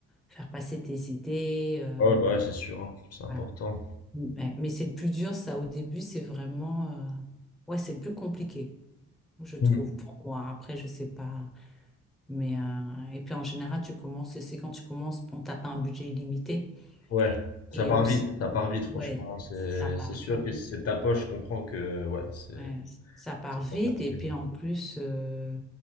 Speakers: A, in the centre; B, on the left.
A: faire passer tes idées. euh,
B: Ah ouais, bah ouais, c'est sûr, hein, C'est important.
A: voilà. Mais, mais c'est le plus dur, ça, au début, c'est vraiment... euh, ouais, c'est le plus compliqué, je trouve,
B: Hmm.
A: pour moi. Après, je sais pas. Mais, euh, et puis en général, tu commences, c'est quand tu commences, bon, t'as pas un budget illimité.
B: Ouais, ça
A: Et
B: part
A: aussi,
B: vite, ça part vite, franchement.
A: ouais,
B: hein. C'est
A: ça part
B: c'est sûr
A: vite.
B: que si c'est de ta poche, je comprends que, ouais, c'est
A: Ouais, ça part
B: c'est
A: vite
B: pas facile.
A: et puis en plus, euh,